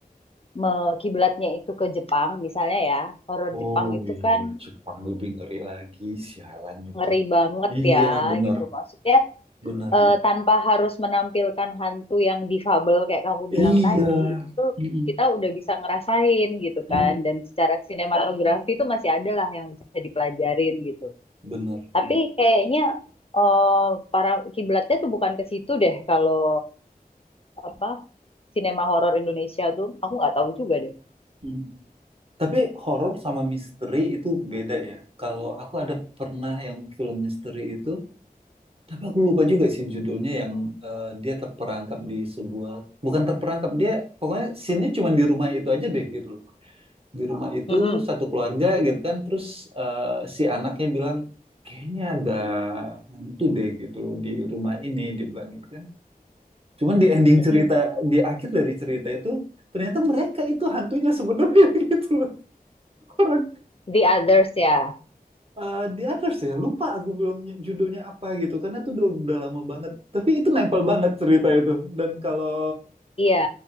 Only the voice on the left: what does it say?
me- kiblatnya itu ke Jepang, misalnya ya, horor
Jepang itu
kan
mm,
ngeri banget
ya,
gitu. Maksudnya
eh,
tanpa harus menampilkan hantu yang difabel kayak kamu bilang
tadi itu
kita udah bisa ngerasain gitu
kan dan secara sinematografi itu masih ada lah yang bisa dipelajarin gitu
tapi
kayaknya eh, para kiblatnya tuh bukan ke situ deh kalau apa sinema horor Indonesia tuh aku nggak tahu juga deh
Mm-mm,
mm-mm.
The Others ya
iya